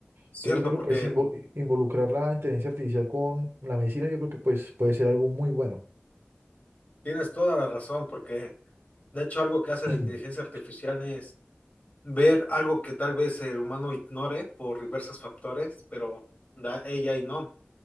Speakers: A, on the left; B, on the right.
A: Cierto,
B: Entonces, yo creo
A: porque
B: que pues, invo- involucrar la inteligencia artificial con la medicina, yo creo que pues, puede ser algo muy bueno.
A: Tienes toda la razón, porque de hecho algo que hace
B: <clears throat>
A: la inteligencia artificial es ver algo que tal vez el humano ignore por diversos factores, pero da ella y no.